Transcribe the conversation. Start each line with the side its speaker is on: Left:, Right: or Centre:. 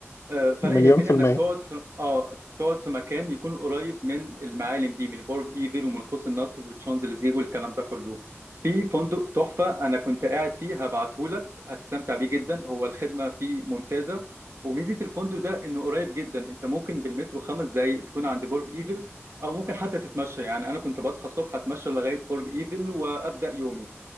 Right: آه، فانا
Left: مليون
Right: يهمني
Left: في
Right: انك
Left: المية
Right: تقعد في اه تقعد في مكان يكون قريب من المعالم دي من برج ايفل ومن قوس النصر والشانزليزيه والكلام ده كله في فندق تحفه انا كنت قاعد فيه هبعته لك هتستمتع بيه جدا هو الخدمه فيه ممتازه وميزه الفندق ده انه قريب جدا انت ممكن بالمترو خمس دقائق تكون عند برج ايفل او ممكن حتى تتمشى يعني انا كنت بصحى الصبح اتمشى لغايه برج ايفل وابدا يومي